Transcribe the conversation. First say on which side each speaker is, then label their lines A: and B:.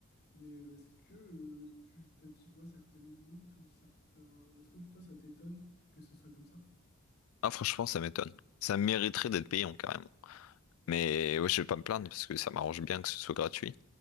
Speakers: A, on the left (about 50°); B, on the left (about 70°).
A: Mais euh, est-ce que euh, tu t'y vois certaines limites ou certains... Est-ce que toi, ça t'étonne que ce soit comme ça?
B: Ah, franchement, ça m'étonne. Ça mériterait d'être payant, carrément. Mais ouais, je vais pas me plaindre parce que ça m'arrange bien que ce soit gratuit.